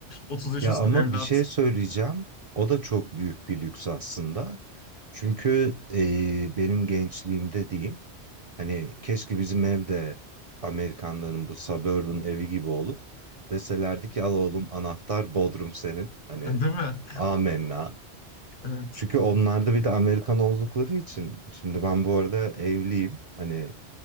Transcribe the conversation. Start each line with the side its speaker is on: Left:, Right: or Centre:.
Left: 30 yaş
Right: Ya
Left: üstü
Right: ama
Left: evlat.
Right: bir şey söyleyeceğim. O da çok büyük bir lüks aslında. Çünkü e, benim gençliğimde diyeyim, hani keşke bizim evde Amerikanların bu suburban evi gibi olup deselerdi ki al oğlum anahtar Bodrum senin. Hani
Left: Hani Değil mi?
Right: amenna.
Left: Evet.
Right: Çünkü onlar da bir de Amerikan oldukları için. Şimdi ben bu arada evliyim. Hani